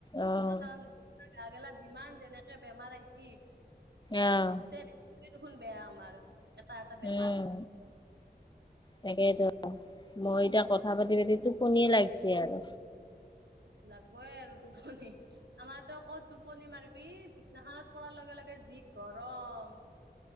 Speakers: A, on the left; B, on the right.
A: আহ
B: কাৰণ গাগেলা যিমান যেনেকে বেমাৰ আহিছ
A: আহ
B: গোটেই গোটেই দেখোন বেয়া আমাৰ এটা এটা বেমাৰ
A: উম তাকেইতো মই এতিয়া কথা পাতি পাতি তোক টোপনিয়ে লাগিছে আৰু
B: লাগবই আৰু টোপনি আমাৰ ত' কত টোপনি মাৰিবি বিছনাখনত পৰাৰ লগে লগে যি গৰম।